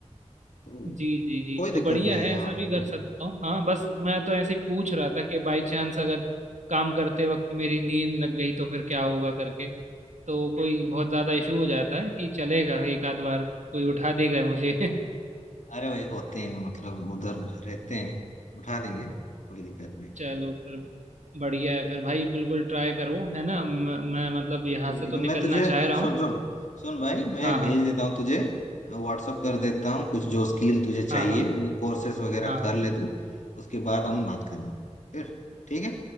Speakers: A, on the left; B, on the right.
A: तो
B: जी जी जी
A: कोई दिक्कत
B: तो बढ़िया
A: नहीं
B: है
A: है हाँ
B: ऐसा भी कर सकता हूँ हाँ बस मैं तो ऐसे ही पूछ रहा था कि बाय चांस अगर काम करते वक्त मेरी नींद लग गई तो फिर क्या होगा करके तो कोई बहुत ज़्यादा इशू हो जाता है कि चलेगा एक आध बार कोई उठा देगा मुझे <laughs>
A: अरे भाई होते हैं मतलब उधर रहते हैं उठा देंगे कोई दिक्कत नहीं
B: चलो फिर बढ़िया है फिर भाई बिल्कुल ट्राई करो है ना म- मैं मतलब यहाँ
A: ठीक है ठीक
B: से तो
A: है
B: निकलना
A: मैं तुझे
B: चाह
A: सुन
B: रहा हूँ
A: सुन सुन भाई मैं
B: हाँ
A: भेज
B: हाँ
A: देता हूँ तुझे व्हाट्सअप कर देता हूँ कुछ जो स्किल तुझे चाहिए
B: हाँ हाँ
A: वो कोर्सेस वगैरह
B: हाँ
A: कर ले तू उसके बाद हम बात करेंगे फिर ठीक है